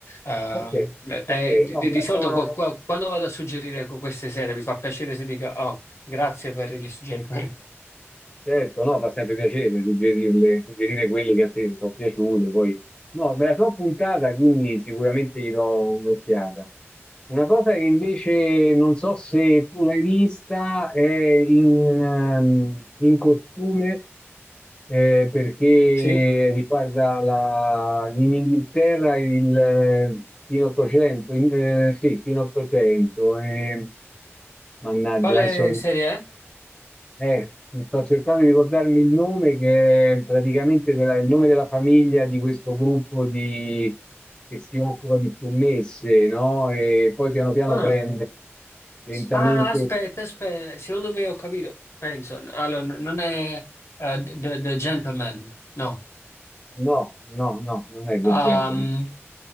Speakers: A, on the left (about 75°); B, on the left (about 20°).
A: Ehm,
B: ok,
A: beh,
B: ok,
A: eh, di,
B: no, me
A: di
B: la
A: solito
B: sono
A: qua- qua- quando vado a suggerire con queste serie mi fa piacere se dica oh, grazie per il suggerimento. <laughs>
B: Certo, no, fa sempre piacere suggerirle, suggerire quelle che a te sono piaciute, poi... No, me la so puntata, quindi sicuramente gli do un'occhiata. Una cosa che invece non so se tu l'hai vista è in, ehm, in costume, eh, perché
A: Sì?
B: riguarda la, in Inghilterra il eh, fine 800, in- eh, sì, fine 800, eh, mannaggia,
A: Quale
B: adesso
A: serie è?
B: eh, mi sto cercando di ricordarmi il nome che è praticamente della- il nome della famiglia di questo gruppo di- che si occupa di scommesse, no? E poi piano piano
A: Ah,
B: prende lentamente.
A: Ah, aspetta, aspetta, secondo me ho capito. Penso, allora, n- non è eh, The, The Gentleman, no.
B: No, no, no, non è del
A: Ehm,
B: genere.